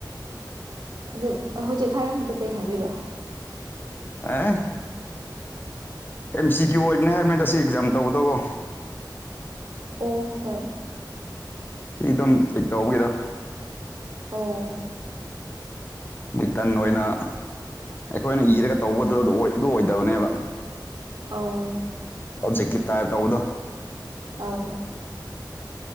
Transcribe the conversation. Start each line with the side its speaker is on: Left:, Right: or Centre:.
Right: ꯑꯗꯨ ꯍꯧꯖꯤꯛ ꯍꯥꯏꯔꯝꯕꯗꯣ ꯀꯩ ꯍꯥꯏꯕꯤꯕ
Left: ꯑꯦ ꯑꯦꯝ ꯁꯤ ꯀ꯭ꯌꯨ ꯑꯣꯏꯕꯅꯦ ꯃꯦꯇꯥꯁꯤ ꯑꯦꯛꯖꯥꯝ ꯇꯧꯕꯗꯣꯀꯣ
Right: ꯑꯣ ꯍꯣꯏ
Left: ꯑꯩ ꯑꯗꯨꯝ ꯀꯤ ꯇꯍꯧꯒꯦꯗꯣ
Right: ꯑꯎ
Left: ꯔꯤꯇꯟ ꯑꯣꯏꯅ ꯑꯩꯈꯣꯏꯅ ꯏꯔꯒ ꯇꯧꯕꯗꯣ ꯑꯗꯨ ꯑꯣꯏꯗꯕꯅꯦꯕ
Right: ꯑꯎ
Left: ꯑꯣꯞꯖꯦꯛꯀꯤꯞ ꯇꯥꯏꯔ ꯇꯧꯕꯗꯣ
Right: ꯑꯎ